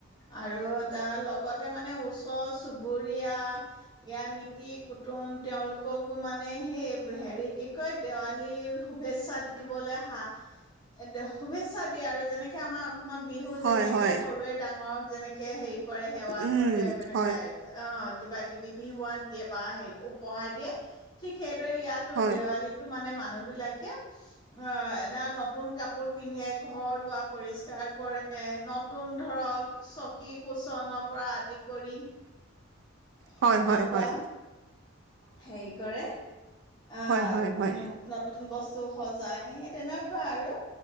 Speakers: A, on the left; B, on the right.
A: আৰু তাৰ লগতে মানে ওচৰ-চুবুৰীয়া, ইয়া মিতিৰ-কুটুম তেওঁলোককো মানে হে- হেৰি, কি কয়- দেৱালী শুভেচ্ছা দিবলৈ হা- শুভেচ্ছা দিয়ে আৰু যেনেকে আমাৰ অসমত বিহুত
B: হয়
A: যেনেকে
B: হয়
A: সৰুৱে ডাঙৰক যেনেকে হেই কৰে সেৱা
B: উম
A: কৰে তেনেকুৱা
B: হয়
A: অ কিবা কিবি বিহুৱান দিয়ে বা, হে উপহাৰ দিয়ে ঠিক সেই <unintelligible> ইয়াতো
B: হয়
A: দেৱালীটো মানে মানুহ বিলাকে <unintelligible> অ এদা নতুন কাপোৰ পিন্ধে, ঘৰ দুৱাৰ পৰিষ্ কাৰ কৰে, নতুন ধৰক চকী-কোচনৰ পৰা আদি কৰি। <unintelligible>
B: হয়-হয়-হয়।
A: এনেকুৱা হেৰি কৰে, আহ-
B: হয় হয় হয়
A: উম- নতুন ব বস্তু সজাই হেই তেনেকুৱা আৰু